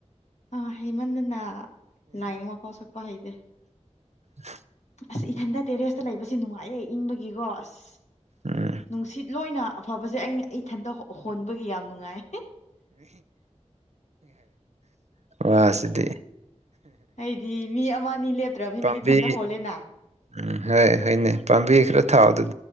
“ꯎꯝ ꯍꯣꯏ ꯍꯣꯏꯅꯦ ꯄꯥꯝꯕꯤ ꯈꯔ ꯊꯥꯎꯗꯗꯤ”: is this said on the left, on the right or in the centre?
Right